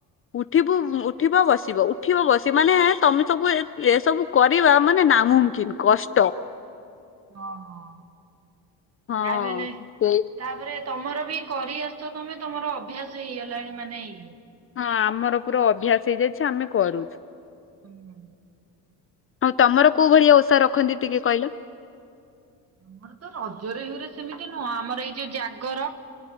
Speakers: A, on the left (about 35°); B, on the right (about 40°).
A: ଉଠିବୁ ଉଠିବ ବସିବ ଉଠିବ ବସିବ ମାନେ ତମେ ସବୁ ଏ ଏସବୁ କରିବା ମାନେ ନା ମୁମ୍କିନ୍ କଷ୍ଟ।
B: ହଁ ହଁ
A: ହଁ
B: ଯାଆ ବି ହେଲେ ତା
A: ସେଇ
B: ପରେ ତମର ବି କରିଆସିଚ ତମେ ତମର ଅଭ୍ୟାସ ହେଇଗଲାଣି ମାନେ ଇଏ
A: ହଁ ଆମର ପୁରା ଅଭ୍ୟାସ ହେଇଯାଇଛି ଆମେ କରୁଛୁ।
B: ହୁଁ
A: ଆଉ ତମର କୋଉ ଭଳିଆ ଓଷା ରଖନ୍ତି ଟିକେ କହିଲ।
B: ଆମର ତ ରଜରେ ହେରି ସେମିତି ନୁହଁ ଆମର ଏଇ ଯୋଉ ଜାଗର